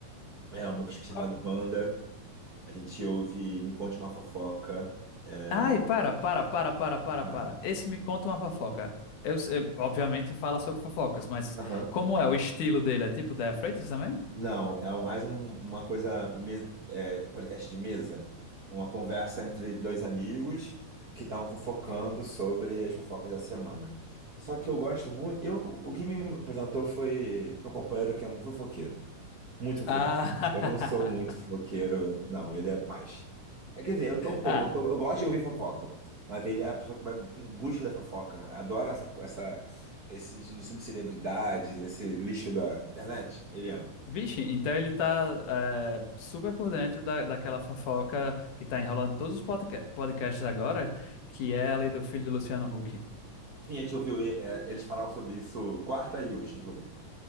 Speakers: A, on the right; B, on the left.
A: é, o meu cachorro chamado
B: Qual que-
A: Banda. A gente ouve Me Conte Uma Fofoca. É,
B: Ai, para, para, para, para, para,
A: cara.
B: para. Esse me conta uma fofoca. Eu, eu- obviamente fala sobre fofocas, mas
A: Aham.
B: como é o estilo dele? É tipo Déa Freitas também?
A: Não, é mais um- uma coisa, mes- é, podcast de mesa. Uma conversa entre dois amigos que estavam fofocando sobre as fofocas da semana. Só que eu gosto muito. Eu, o que me apresentou foi meu companheiro que é muito fofoqueiro. Muito fofoqueiro.
B: Ah,
A: Eu não sou muito
B: <laughs>
A: fofoqueiro, não. Ele é mais. É, Quer dizer, eu sou um pouco.
B: ah,
A: Eu, sou- eu gosto de ouvir fofoca. Mas ele é a pessoa que vai em busca da fofoca. Adora essa, essa, esse de subcelebridades, esse lixo da internet. Ele ama.
B: vixe, então ele tá é, super por dentro da, daquela fofoca que tá enrolando todos os podca- podcasts agora, que é a lei do filho do Luciano Huck.
A: Sim, a gente ouviu eh, eh, eles falaram sobre isso quarta e hoje, inclusive.